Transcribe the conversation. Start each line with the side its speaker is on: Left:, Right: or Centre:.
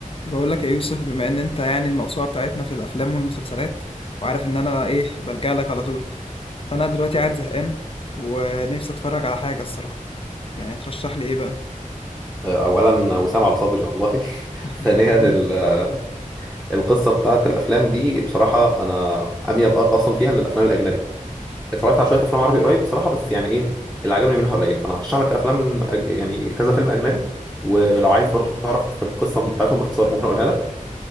Left: بقول لك يا يوسف بما ان انت يعني الموسوعه بتاعتنا في الافلام والمسلسلات وعارف ان انا ايه بلجأ لك على طول فانا دلوقتي قاعد زهقان ونفسي اتفرج على حاجه الصراحه يعني ترشح لي ايه بقى
Centre: اولا وسام على صدري والله
Left: <laughs>
Centre: <laughs> ثانيا
Left: حبيبي
Centre: ال- القصه بتاعت الافلام دي بصراحه انا اميل اصلا فيها للافلام الاجنبي اتفرجت على شويه افلام عربي قريب بصراحه بس يعني ايه اللي عجبني منها قليل فانا هرشح لك افلام أج- يعني كذا فيلم اجنبي ولو عايز برضو تعرف القصه بتاعتهم باختصار ممكن اقولها لك